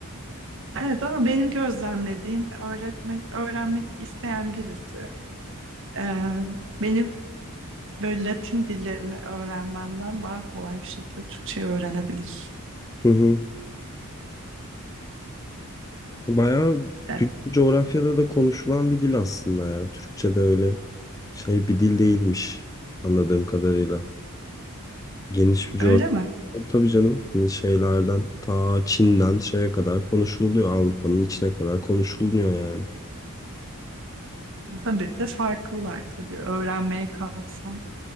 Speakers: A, on the right (about 60°); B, on the left (about 15°).
A: Evet ama benim gözlemlediğim öğretmek, öğrenmek isteyen birisi. Ee, benim Böyle Latin dillerini öğrenmemden daha kolay bir şekilde Türkçeyi öğrenebilir.
B: Hı hı. Bayağı
A: Yani
B: büyük bir coğrafyada da konuşulan bir dil aslında ya. Türkçe de öyle şey bir dil değilmiş anladığım kadarıyla. Geniş bir coğrafya.
A: öyle mi?
B: Tabii canım hani şeylerden ta Çin'den şeye kadar konuşuluyor. Avrupa'nın içine kadar konuşuluyor yani.
A: Tabii de farklılar tabii. Öğrenmeye kalksan